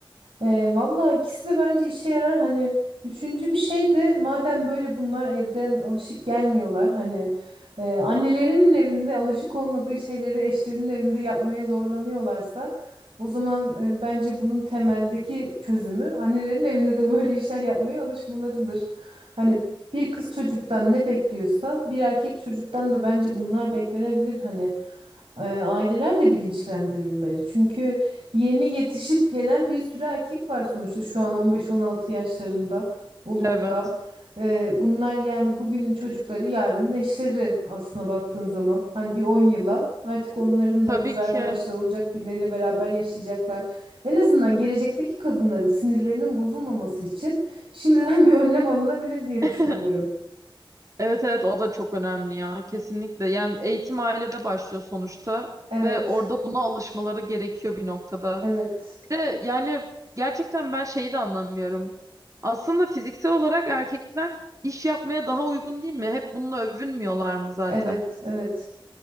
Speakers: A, on the right; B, on the right.
A: E, valla ikisi de bence işe yarar. Hani üçüncü bir şey de madem böyle bunlar evden alışık gelmiyorlar. Hani e, annelerinin evinde alışık olmadığı şeyleri eşlerinin evinde yapmaya zorlanıyorlarsa o zaman e, bence bunun temeldeki çözümü annelerin evinde de böyle işler yapmaya alışmalarıdır. Hani bir kız çocuktan ne bekliyorsa bir erkek çocuktan da bence bunlar beklenebilir. Hani e, aileler de bilinçlendirilmeli. Çünkü Yeni yetişip gelen bir sürü erkek var sonuçta şu an 15-16 yaşlarında olup
B: Evet,
A: da e, bunlar yani bugünün çocukları yarının eşleri aslına baktığın zaman hani bir 10 yıla artık onların
B: tabii
A: da kız arkadaşları
B: ki.
A: olacak birileriyle beraber yaşayacaklar. En azından gelecekteki kadınların sinirlerinin bozulmaması için şimdiden <laughs> bir önlem alınabilir diye
B: <laughs>
A: düşünüyorum.
B: Evet evet o da çok önemli ya kesinlikle. Yani eğitim ailede başlıyor sonuçta
A: Evet,
B: ve orada buna alışmaları gerekiyor bir noktada.
A: evet,
B: Bir de yani gerçekten ben şeyi de anlamıyorum. Aslında fiziksel olarak erkekler iş yapmaya daha uygun değil mi? Hep bununla övünmüyorlar mı zaten?
A: evet, evet.